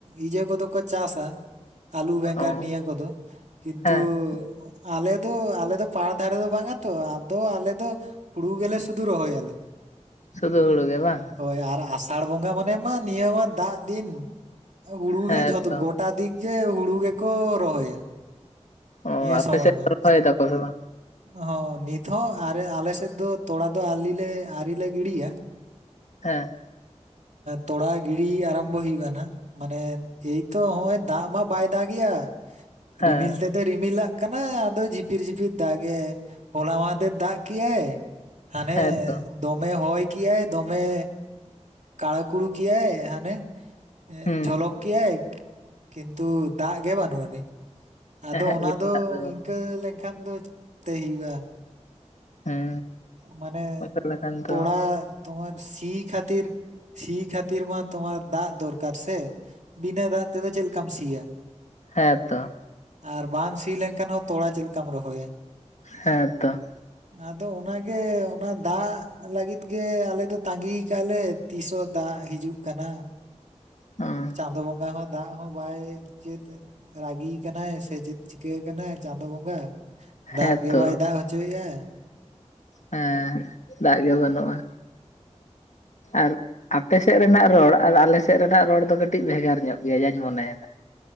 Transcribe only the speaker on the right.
ᱤᱡᱟᱹ ᱠᱚᱫᱚ ᱠᱚ ᱪᱟᱥᱟ ᱟᱞᱩ ᱵᱮᱸᱜᱟᱲ
ᱱᱤᱭᱟᱹ ᱠᱚᱫᱚ ᱠᱤᱱᱛᱩ
ᱟᱞᱮ ᱫᱚ ᱟᱞᱮ ᱫᱚ ᱯᱟᱲ ᱫᱷᱟᱨᱮ ᱫᱚ ᱵᱟᱝ ᱟ ᱛᱚ ᱟᱫᱚ ᱟᱞᱮ ᱫᱚ ᱦᱩᱲᱩ ᱜᱮᱞᱮ ᱥᱩᱫᱷᱩ ᱨᱚᱦᱚᱭ ᱟᱞᱮ᱾
ᱦᱳᱭ ᱟᱨ ᱟᱥᱟᱲ ᱵᱚᱸᱜᱟ ᱢᱟᱱᱮ ᱢᱟ ᱱᱤᱭᱟᱹ ᱢᱟ ᱫᱟᱜ ᱫᱤᱱ ᱦᱩᱲᱩ
ᱜᱮ ᱡᱷᱚᱛᱚ
ᱜᱚᱴ, ᱜᱚᱴᱟ ᱫᱤᱠ ᱜᱮ ᱦᱩᱲᱩ ᱜᱮᱠᱚ ᱨᱚᱦᱚᱭᱟ᱾
ᱱᱤᱭᱟᱹ
ᱥᱚᱢᱚᱭ
ᱢᱟ
ᱦᱚᱸ ᱱᱤᱛ ᱦᱚᱸ ᱟᱨᱮ ᱟᱞᱮ ᱥᱮᱫ ᱫᱚ ᱛᱚᱲᱟ ᱫᱚ ᱟᱞᱤᱞᱮ ᱟᱣᱨᱤ ᱞᱮ ᱜᱤᱰᱤᱭᱟ᱾
ᱛᱚᱲᱟ ᱜᱤᱲᱤ ᱟᱨᱟᱢᱵᱷᱚ ᱦᱩᱭᱩᱜᱼᱟ ᱱᱟᱜ᱾ ᱢᱟᱱᱮ ᱮᱭᱛᱚ ᱦᱚᱜ ᱚᱭ ᱫᱟᱜ ᱢᱟ ᱵᱟᱭ ᱫᱟᱜ ᱜᱮᱭᱟ
ᱨᱤᱢᱤᱞ ᱛᱮᱫ, ᱨᱤᱢᱤᱞ ᱟᱜ ᱠᱟᱱᱟᱭ ᱟᱫᱚ ᱡᱷᱤᱯᱤᱨ ᱡᱷᱤᱯᱤᱨ ᱫᱟᱜ ᱮ ᱦᱚᱞᱟ ᱢᱟᱦᱫᱮᱨ ᱫᱟᱜ ᱠᱮᱫ ᱟᱭ᱾ ᱦᱟᱱᱮ
ᱫᱚᱢᱮ ᱦᱚᱭ ᱠᱟᱭ ᱫᱚᱢᱮ ᱠᱟᱲᱟ ᱠᱩᱲᱩ ᱠᱮᱜ ᱟᱭ ᱦᱟᱱᱮ
ᱡᱚᱞᱚᱠ ᱠᱮᱜ ᱟᱭ᱾ ᱠᱤᱱᱛᱩ ᱫᱟᱜ ᱜᱮ ᱵᱟᱱᱩᱜ ᱟᱹᱱᱤᱡ᱾ ᱟᱫᱚ
ᱚᱱᱟ
ᱫᱚ
ᱤᱱᱠᱟᱹ ᱞᱮᱱᱠᱷᱟᱱ ᱫᱚ ᱪᱤᱠᱛᱮ ᱦᱩᱭᱩᱜᱼᱟ᱾
ᱢᱟᱱᱮ
ᱛᱚᱲᱟ, ᱛᱚᱢᱟᱨ ᱥᱤ ᱠᱷᱟᱹᱛᱤᱨ ᱥᱤ ᱠᱷᱟᱹᱛᱤᱨ ᱢᱟ ᱛᱚᱢᱟᱨ ᱫᱟᱜ ᱫᱚᱨᱠᱟᱨ ᱥᱮ? ᱵᱤᱱᱟᱹ ᱫᱟᱜ ᱛᱮᱫᱚ ᱪᱮᱫ ᱞᱮᱠᱟᱢ ᱥᱤᱭᱟ?
ᱟᱨ ᱵᱟᱝ ᱥᱤ ᱞᱮᱱᱠᱷᱟᱱ ᱦᱚᱸ ᱛᱚᱲᱟ ᱪᱮᱫᱠᱟᱢ ᱨᱚᱦᱚᱭᱟ᱾
ᱟᱫᱚ ᱚᱱᱟᱜᱮ ᱚᱱᱟ ᱫᱟᱜ ᱞᱟᱹᱜᱤᱫ ᱜᱮ ᱟᱞᱮ ᱫᱚ ᱛᱟᱺᱜᱤ ᱠᱟᱜᱼᱟ ᱞᱮ᱾ ᱛᱤᱥᱚᱜ ᱫᱟᱜ ᱦᱤᱡᱩᱜ ᱠᱟᱱᱟ᱾
ᱪᱟᱸᱫᱚ ᱵᱚᱸᱜᱟ ᱦᱚᱸ, ᱫᱟᱜ ᱦᱚᱸ ᱵᱟᱭ ᱪᱮᱫ ᱨᱟᱹᱜᱤ ᱠᱟᱱᱟᱭ ᱥᱮ ᱪᱮᱫ ᱪᱤᱠᱟᱹ ᱠᱟᱱᱟᱭ ᱪᱟᱸᱫᱳ ᱵᱚᱸᱜᱟ? ᱫᱟᱜ
ᱜᱮ ᱵᱟᱭ ᱫᱟᱜ ᱦᱚᱪᱚᱭᱮᱫᱼᱟ᱾